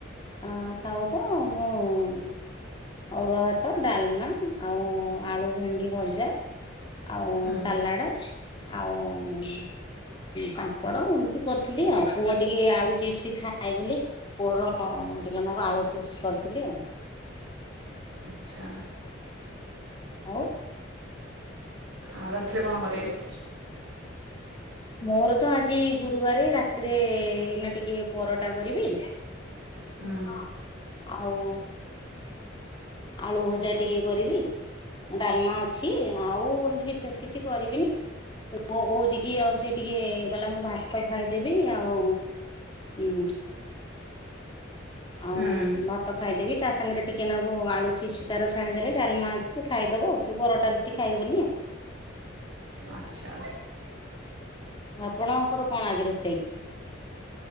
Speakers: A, on the left; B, on the right.
A: ଆ ଖାଉତ ମୁଁ ଅରୁଆ ଭାତ, ଡାଲମା, ଆଉ ଆଳୁ ଭେଣ୍ଡି ଭଜା। ଆଉ
B: ହୁଁ
A: ସାଲାଡ, ଆଉ ପା ପଡ ଏମିତି କରିଥିଲି ଆଉ ପୁଅ ଟିକେ ଆଳୁ ଚିପ୍ସ ଖାଏ ବଲି ପୁଅର ଟିକେ ନାକୁ ଆଳୁ ଚିପ୍ସ କରିଥିଲି ଆଉ
B: ଆଚ୍ଛା।
A: ହଉ
B: ଆଉ ରାତିରେ କଣ କରିବେ?
A: ମୋର ତ ଆଜି ଗୁରୁବାର ରାତିରେ ଏଇନା ଟିକେ ପରଟା କରିବି।
B: ହୁଁ
A: ଆଉ ଆଳୁ ଭଜା ଟିକେ କରିବି। ଡାଲମା ଅଛି ଆଉ ଏିମିତି ବିଶେଷ କିଛି କରିବିନି ପୁଅ କହୁଛି କି ଆଉ ସେ ଟିକେ କହିଲା ମୁଁ ଭାତ ଖାଇଦେବି ଆଉ ହୁଁ <inaudible> ଆଉ
B: ହୁଁ
A: ଭାତ ଖାଇଦେବି ତା ସାଙ୍ଗରେ ଟିକେ ନାଗୁ ଆଳୁ ଚିପ୍ସ ତାର ଛାଣିଦେଲେ ଡାଲମା ଅଛି ଖାଇଦବ ସେ ପରଟା ରୁଟି ଖାଇବନି ଆଉ।
B: ଆଛା।
A: ଆପଣଙ୍କର କଣ ଆଜି ରୋଷେଇ?